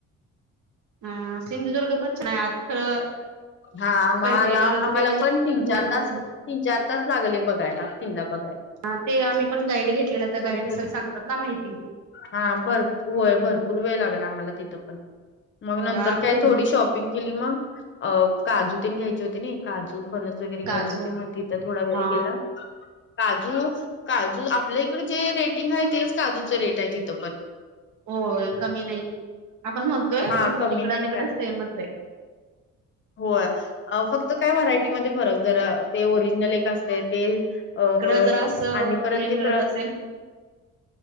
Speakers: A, on the right; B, on the left.
A: हा सिंधुदुर्ग पण छान आहे आत खरं
B: हा आम्हाला
A: पाहिजे तरच
B: आम्हाला
A: ते म्हणजे
B: पण तीन
A: मुलांनाच
B: चार तास तीन चार तास लागले बघायला तिनला बघायला.
A: हा ते आम्ही पण गाईड घेतलेला त्या
B: भरपूर
A: गाईड <unintelligible> सांगतात ना माहितीये.
B: हा भर होय भरपूर वेळ लागला आम्हाला तिथं पण मग
A: हो
B: नंतर
A: आत
B: काय
A: फिरून
B: थोडी शॉप <unintelligible> मग अ काजू ते घ्यायचे होती नी काजु फणस <unintelligible> वगैरे घ्यायचे
A: काजू
B: होते मग तिथं थोडा वेळ
A: हा
B: गेला. काजू काजू आपल्या इकडे जे रेटिंग आहे तेच काजूचं रेट आहे तिथं पण.
A: होय कमी नाही आपणं म्हणतोय
B: हा
A: पण
B: कमी
A: तिकडं
B: नाही
A: निइकडं सेमच आहे.
B: होय आ फक्त काय व्हरायटीमध्ये फरक जरा ते ओरिजनल एक असतयं तेच अ
A: इकडं जरा असं
B: आणि परत
A: हे
B: ते. <unintelligible>
A: मिळत असेल